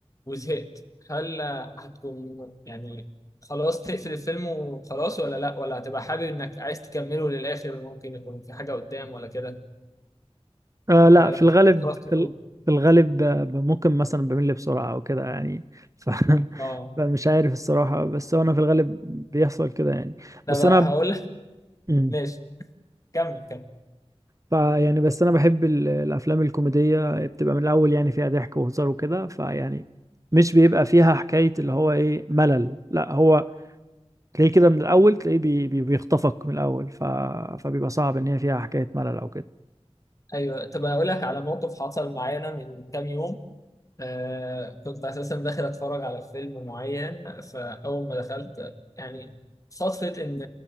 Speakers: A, on the left (about 30°); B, on the right (about 30°).
A: وزهقت هل هتكون يعني خلاص تقفل الفيلم وخلاص ولا لا ولا هتبقى حابب انك عايز تكمله للاخر ممكن يكون في حاجه قدام ولا كده
B: آه لا
A: ولا
B: في
A: لو
B: الغالب
A: خلاص تخرج
B: في ال- في الغالب ب- ب- ممكن مثلا بمل بسرعة أو كده يعني ف... <laughs>
A: اه
B: فمش عارف الصراحة بس هو أنا في الغالب بيحصل كده يعني
A: انا
B: بس
A: بقى
B: أنا
A: هقول لك <laughs>
B: مم.
A: ماشي كمل كمل
B: ف يعني بس أنا بحب ال- الأفلام الكوميدية بتبقى من الأول يعني فيها ضحك وهزار وكده فيعني مش بيبقى فيها حكاية اللي هو إيه ملل لا هو تلاقيه كده من الأول تلاقيه بي... بي... بيخطفك من الأول ف... فبيبقى صعب إن هي فيها حكاية ملل أو كده
A: ايوه طب اقول لك على موقف حصل معانا من كام يوم آه كنت اساسا داخل اتفرج على فيلم معين فاول ما دخلت يعني صدفه ان